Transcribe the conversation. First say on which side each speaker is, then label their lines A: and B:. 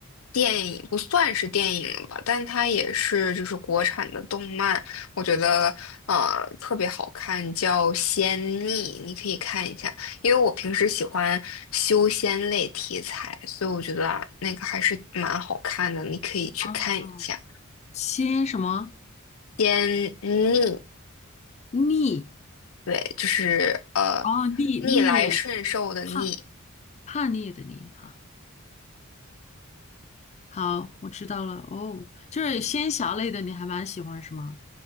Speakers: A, on the left; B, on the left.
A: 电影，不算是电影吧，但它也是就是国产的动漫，我觉得呃特别好看，叫《仙逆》，你可以看一下。因为我平时喜欢修仙类题材，所以我觉得啊那个还是蛮好看的，你可以去看一下。
B: 哦，仙什么
A: 偏逆，
B: 逆？
A: 对，就是呃
B: 哦，逆逆
A: 逆来顺受的逆，
B: 叛叛逆的逆哈。好，我知道了。哦，就是仙侠类的，你还蛮喜欢是吗？